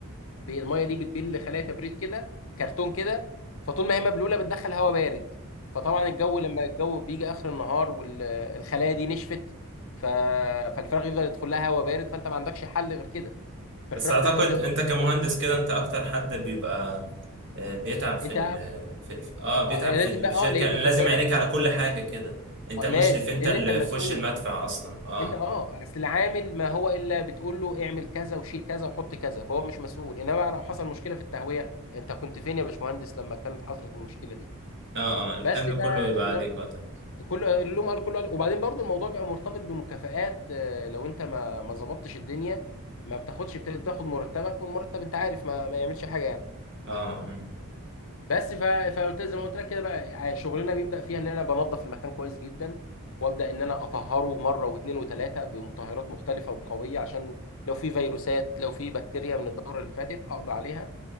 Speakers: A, on the left (about 65°); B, on the right (about 55°).
A: بي- الميه دي بتبل خلايا كبريت كده كرتون كده فطول ما هي مبلوله بتدخل هواء بارد فطبعا الجو لما الجو بيجي اخر النهار والخلايا دي نشفت ف... فالفراخ يفضل يدخل لها هواء بارد فانت ما عندكش حل غير كده فالفراخ
B: بس اعتقد
A: تبدا تبرد
B: انت كمهندس كده انت اكتر حد بيبقى آه، بيتعب في
A: انت
B: ال في في- اه بيتعب
A: آه، لازم
B: في الشركة
A: بقى اه لان
B: اللي
A: خد
B: لازم
A: بالك
B: عينيك على كل حاجة كده انت
A: آه
B: المشرف
A: لازم
B: انت
A: لان
B: اللي
A: انت المسؤول
B: في وش المدفع اصلا اه
A: انت اه اصل العامل ما هو الا بتقول له اعمل كذا وشيل كذا وحط كذا فهو مش مسؤول انما بقى لو حصل مشكله في التهويه انت كنت فين يا باشمهندس لما كانت حصلت المشكله دي
B: اه اه الحمل
A: بس ده
B: كله يبقى
A: زي
B: عليك
A: ما-
B: وقتها
A: كله اللوم قال كله قال وبعدين برضو الموضوع بيبقى مرتبط بمكافآت آه، لو انت ما ما ظبطتش الدنيا ما بتاخدش بتاخد مرتبك والمرتب انت عارف ما, ما يعملش حاجه يعني
B: اه مم.
A: بس ف... فقلت زي ما قلت لك كده بقى يعني شغلنا بيبدا فيها ان انا بنظف المكان كويس جدا وابدا ان انا اطهره مره واثنين وثلاثه بمطهرات مختلفه وقويه عشان لو في فيروسات لو في بكتيريا من الدوره اللي فاتت اقضي عليها